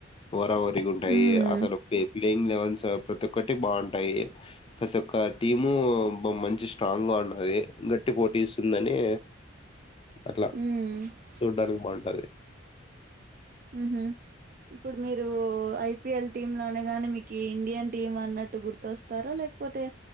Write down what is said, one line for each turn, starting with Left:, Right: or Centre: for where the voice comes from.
Left: హోరాహోరి గా ఉంటాయి
Right: మ్మ్
Left: అసలు పీపి ప్యింగ్ లెవెన్స్ ప్రతి ఒక్కటి బాగుంటాయి ప్రతి ఒక్క టీము బా మంచి స్ట్రాంగ్ గా ఉన్నది గట్టి పోటీ ఇస్తుందని అట్ల
Right: మ్మ్
Left: చూడ్డానికి బాగుంటది
Right: మ్మ్ హ్మ్ ఇప్పుడు మీరు ఐ పీ ఎల్ టీమ్ లనగానే మీకు ఇండియన్ టీమ్ అన్నట్టు గుర్తొస్తార లేకపోతే